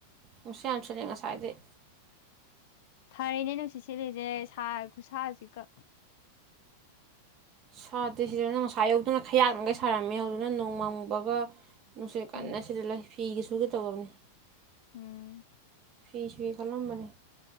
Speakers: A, on the right; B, on the left.
A: ꯅꯨꯡꯁꯤꯠ ꯌꯥꯝ ꯁꯤꯟꯂꯤ ꯉꯁꯥꯏꯗꯩ
B: ꯐꯔꯤꯅꯦ ꯅꯨꯡꯁꯤꯠ ꯁꯦꯠꯂꯤꯁꯦ ꯁꯥꯏ ꯈꯨꯠꯁꯥꯁꯤꯒ
A: ꯁꯥꯗꯦ ꯁꯤꯗꯅ ꯉꯁꯥꯏ ꯑꯌꯨꯛꯗꯅ ꯈꯌꯥꯛꯅꯈꯩ ꯁꯥꯔꯝꯃꯦ ꯍꯧꯖꯤꯛꯅ ꯅꯣꯡꯃꯪꯕꯒ ꯅꯨꯡꯁꯤ ꯀꯟꯅ
B: ꯎꯝ
A: ꯁꯤꯠꯂ ꯂꯩ ꯐꯤꯒꯤ ꯁꯨꯒꯦ ꯇꯧꯕꯅꯤ
B: ꯎꯝ
A: ꯐꯤ ꯁꯨꯒꯦ ꯈꯜꯂꯝꯕꯅꯦ